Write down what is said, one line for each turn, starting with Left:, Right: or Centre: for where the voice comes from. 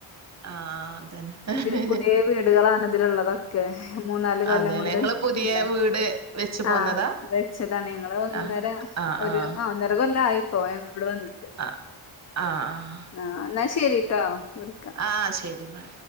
Right: ആഹ് അതന്നെ
Left: പുതിയ വീടുകളാണ് ഇതിലുള്ളത്. ക്ക് മൂന്നാല് കൊല്ലം
Right: അതെല്ലേ
Left: കൊണ്ട്
Right: ഇങ്ങള് പുതിയ
Left: ഇല്ലേ
Right: വീട് വെച്ച് പോന്നതാ
Left: ആ. വച്ചതാണ് ഞങ്ങള് ഒന്നര
Right: ആഹ് ആഹ്
Left: ഒരു
Right: ആഹ്
Left: ആ ഒന്നര കൊല്ലം ആയിപ്പോ ഞങ്ങള് ഇവിടെ വന്നിട്ട്.
Right: ആ ആ ആ.
Left: ആ എന്നാ ശരിയിട്ടോ വിളി
Right: ആ ശരി എന്നാ